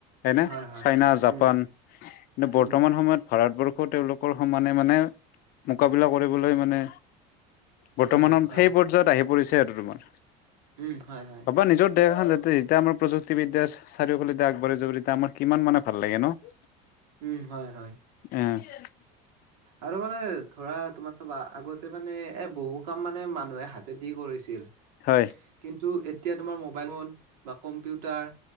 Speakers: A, on the left; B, on the right.
A: এইনে
B: হয় হয়
A: চাইনা, জাপান
B: উম
A: নু
B: উম
A: বৰ্তমান সময়ত ভাৰতবৰ্ষ তেওঁলোকৰ সমানে মানে কাবিলা কৰিবলৈ মানে বৰ্তমানন
B: উম হয়
A: সেই পৰ্যায়ত আহি পৰিছে আৰু তোমাৰ। <unintelligible>
B: উম হয় হয়
A: নিজৰ <unintelligible> তেহিতা আমাৰ প্ৰযুক্তি বিদ্যা চাৰিওফালেদি আগবাঢ়ি যাব তিতা আমাৰ কিমান মানে ভাল লাগে ন?
B: উম, হয় হয়।
A: <inaudible>
B: আৰু মানে ধৰা তোমাৰ চাবা আগতে মানে এ বহু কাম মানে মানুহে হা- তেদি কৰিছিল,
A: হয়
B: কিন্তু এতিয়া তোমাৰ মোবাইল ৱন বা কম্পিউটাৰ